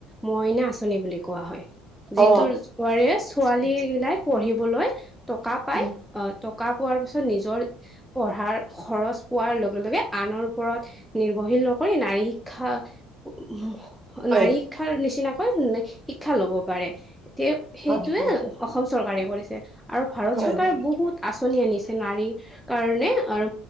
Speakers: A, in the centre; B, on the right.
A: মইনা আঁচনি বুলি কোৱা হয় যিটো
B: অ
A: বোৱাৰীয়ে ছোৱালী
B: অ
A: বিলাক পঢ়িবলৈ টকা পাই
B: উম,
A: অ টকা পোৱাৰ পিছত নিজৰ পঢ়াৰ খৰচ পোৱাৰ লগে লগে আনৰ ওপৰত নিৰ্ভৰ নকৰি নাৰী শিক্ষা উ
B: হয়,
A: নাৰী শিক্ষাৰ নিচিনাকৈ শিক্ষা লব পাৰে তে সেইটয়ে
B: হয়, হয়,
A: অসম চৰকাৰে কৰিছে আৰু ভাৰত
B: হয়,
A: চৰকাৰে
B: হয়,
A: বহুত আঁচনি আনিছে নাৰীৰ কাৰণে আৰু